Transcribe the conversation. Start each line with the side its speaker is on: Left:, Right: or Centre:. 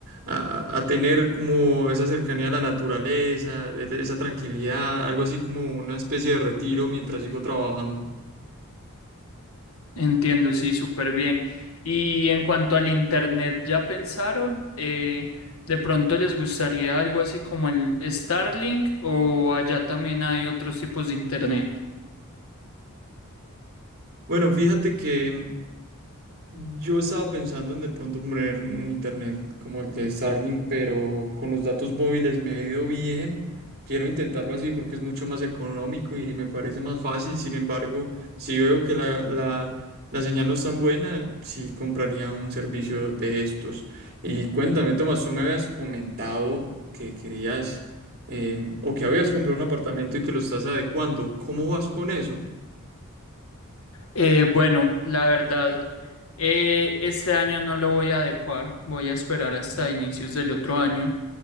Right: a, a tener como esa cercanía a la naturaleza, el- esa tranquilidad, algo así como una especie de retiro mientras sigo trabajando.
Left: Entiendo, sí, súper bien. Y en cuanto al internet, ¿ya pensaron? Eh, ¿de pronto les gustaría algo así como el Starlink o allá también hay otros tipos de internet?
Right: Bueno, fíjate que Yo estaba pensando en de pronto poner un internet como el de Starlink, pero con los datos móviles me ha ido bien. Quiero intentarlo así porque es mucho más económico y me parece más fácil. Sin embargo, si veo que la, la, la señal no es tan buena, sí compraría un servicio de estos. Y cuéntame, Tomás, tú me habías comentado que querías em, o que habías comprado un apartamento y que lo estás adecuando. ¿Cómo vas con eso?
Left: Eh, bueno, la verdad, eh, este año no lo voy a adecuar, voy a esperar hasta inicios del otro año.